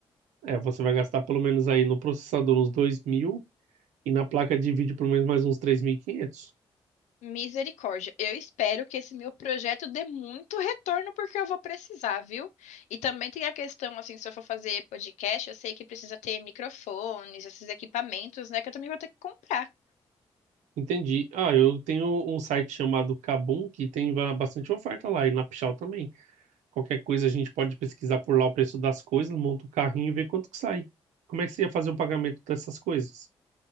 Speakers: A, on the right (about 85°); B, on the left (about 80°).
A: É, você vai gastar pelo menos aí no processador uns 2.000 e na placa de vídeo pelo menos mais uns 3.500.
B: Misericórdia. Eu espero que esse meu projeto dê muito retorno porque eu vou precisar, viu? E também tem a questão, assim, se eu for fazer podcast, eu sei que precisa ter microfones, esses equipamentos, né, que eu também vou ter que comprar.
A: Entendi. Ah, eu tenho um site chamado Kabum que tem va- bastante oferta lá e na Pichau também. Qualquer coisa a gente pode pesquisar por lá o preço das coisas, monta o carrinho e vê quanto que sai. Como é que você ia fazer o pagamento dessas coisas?